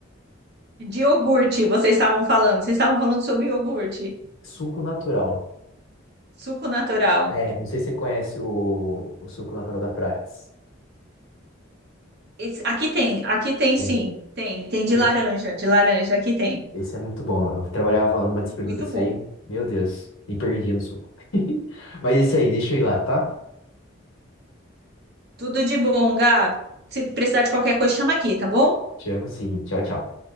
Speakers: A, on the right; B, on the left.
A: De iogurte, vocês estavam falando. Vocês estavam falando sobre iogurte,
B: Suco natural.
A: suco natural.
B: É, não sei se você conhece o, o suco natural da Prats.
A: Esse- aqui tem, aqui tem
B: Tem.
A: sim. Tem, tem de
B: Esse?
A: laranja, de laranja, aqui tem.
B: Esse é muito bom. Eu trabalhava numa distribuidora
A: Muito
B: disso
A: bom.
B: aí. Meu Deus. Me perdia no suco. <laughs> Mas é isso aí. Deixa eu ir lá, tá?
A: Tudo de bom, Gabi. Se precisar de qualquer coisa, chama aqui, tá bom?
B: Te amo sim. Tchau, tchau.